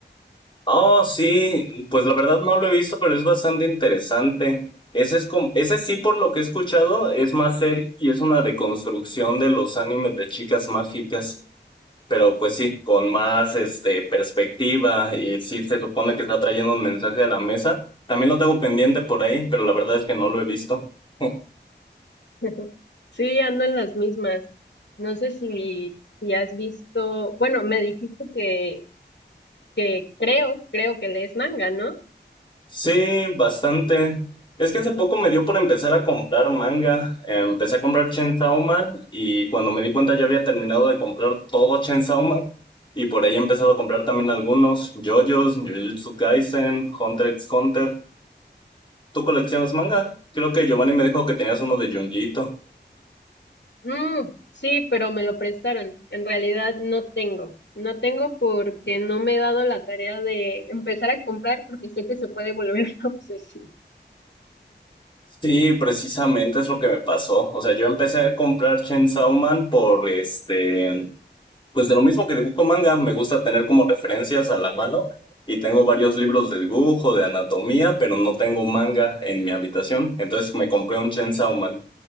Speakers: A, on the left; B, on the left.
A: Oh, sí, pues la verdad no lo he visto, pero es bastante interesante. Ese es como, ese sí, por lo que he escuchado, es más serio y es una deconstrucción de los animes de chicas mágicas. Pero pues sí, con más este perspectiva y sí se supone que está trayendo un mensaje a la mesa. También lo tengo pendiente por ahí, pero la verdad es que no lo he visto. <laughs>
B: <laughs> Sí, ando en las mismas. No sé si, si has visto, bueno, me dijiste que, que creo, creo que lees manga, ¿no?
A: Sí, bastante. Es que hace poco me dio por empezar a comprar manga. Empecé a comprar Chainsaw Man y cuando me di cuenta ya había terminado de comprar todo Chainsaw Man. Y por ahí he empezado a comprar también algunos. JoJo's, Jujutsu Kaisen, Hunter x Hunter. ¿Tú coleccionas manga? Creo que Giovanni me dijo que tenías uno de Junjito.
B: Mm, sí, pero me lo prestaron. En realidad no tengo. No tengo porque no me he dado la tarea de empezar a comprar porque sé que se puede volver <laughs> una obsesión.
A: Sí, precisamente es lo que me pasó. O sea, yo empecé a comprar Chainsaw Man por este Pues de lo mismo que dibujo manga, me gusta tener como referencias a la mano y tengo varios libros de dibujo, de anatomía, pero no tengo manga en mi habitación. Entonces me compré un Chainsaw Man.